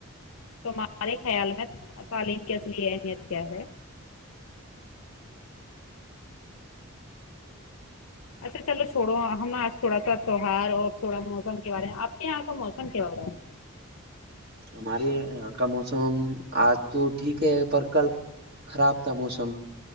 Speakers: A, on the left (about 75°); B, on the right (about 45°).
A: تمہارے خیال میں تعلیم کی اصلی اہمیت کیا ہے
B: ج
A: اچھا چلو چھوڑو ہم آج تھوڑا سا تہوار اور تھوڑا موسم کے بارے میں آپ کے یہاں کا موسم کیا ہو رہا ہے
B: ہمارے یہاں کا موسم آج تو ٹھیک ہے پر کل خراب تھا موسم